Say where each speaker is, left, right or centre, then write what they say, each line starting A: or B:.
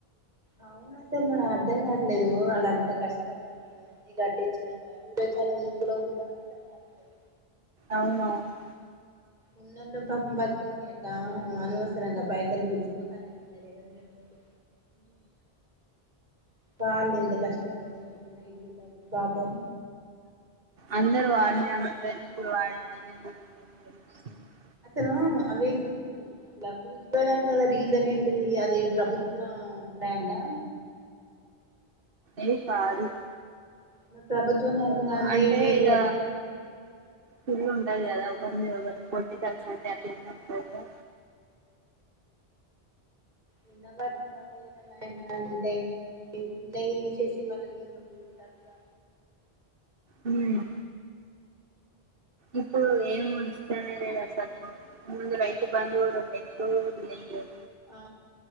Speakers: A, on the right; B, on the right.
A: అవున సందన అర్థం కర్లేదు వాడంత కష్టపడి అన్నీ కట్టించినం అ విడిో చనల్ ను ఎందుకు కులాగోడుతండో అర్ధం కావట్లేదు
B: అవున అవును
A: ఉన్నలో బ బతికనియక అనవసరంగా పైసలు పుడ్చ్చిపోతానా న్నాయి రేవంత్ రెడ్డి డైతే వాళ్ళు ఎంత కష్టపడి కట్టుకున్న ఇల్లు లవి పాపం
B: అంద <unintelligible>
A: సన అవేకు అట్లా కూసోడానికి అల్ల రీజన్ ఏంటిది అది ప్రభుత్వం ల్యాండా
B: ఏ కాదు
A: మరి ప్రభుత్వం ల్యాండ్ కాంధీ
B: అంటే
A: వీలు
B: ఇక కుళ్ళు ఉంటది కదా ఒకరి మీద ఒగరికి పొలిటికల్స్ అంటే అక్కడున్నా ఉంటందిగా
A: ఉన్న వాటిని బాగా చేయిరా నాయన అంటే ఉన్నాయ్ తీసేసి మళ్ళ లేందోకటి పెడుతాండు ఇగ
B: ఉమ్ ఇప్పుడు ఏం ఇష్టనేలేడు అసలు ముడుందులు రైతు బందు గూడ ఉండే ఇప్పుడు లేదు
A: ఆ